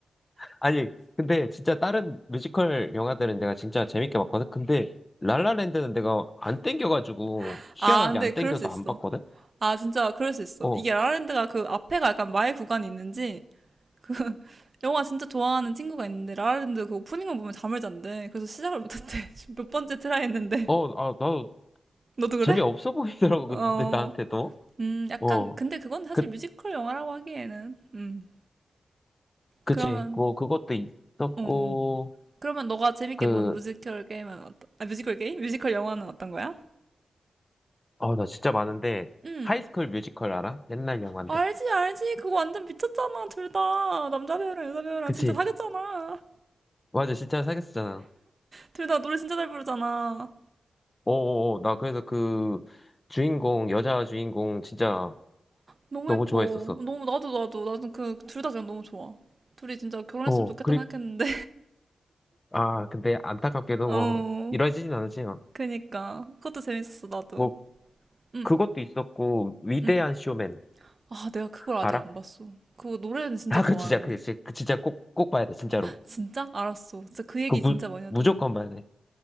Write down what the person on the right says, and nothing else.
<laughs>
아, 근데
그럴
수 있어.
아, 진짜 그럴 수 있어.
이게 라라랜드가 그 앞에가 약간 마의 구간이 있는지 그 <laughs> 영화 진짜 좋아하는 친구가 있는데 라라랜드 그 오프닝만 보면 잠을 잔대. 그래서 시작을 못했대. <laughs> 지금 몇 번째 트라이 했는데.
<laughs> 너도 그래?
어.
음, 약간,
근데 그건 사실
뮤지컬 영화라고 하기에는, 음,
그러면,
어, 어. 그러면 너가 재밌게
본 뮤지컬 게임은 어떤, 아, 뮤지컬 게임? 뮤지컬 영화는 어떤 거야?
음,
알지, 알지. 그거 완전 미쳤잖아, 둘 다. 남자 배우랑 여자 배우랑
진짜 사귀었잖아.
둘 다 노래 진짜 잘 부르잖아.
너무
예뻐.
너무, 나도, 나도, 나도 그, 둘 다 그냥 너무 좋아. 둘이 진짜 결혼했으면
좋겠다 생각했는데,
<laughs> 어,
그니까. 그것도 재밌었어, 나도.
응
응
아, 내가 그걸 아직
안
봤어. 그거 노래는 진짜
좋아하는데.
진짜? 알았어. 진짜 그 얘기
진짜 많이 하더라.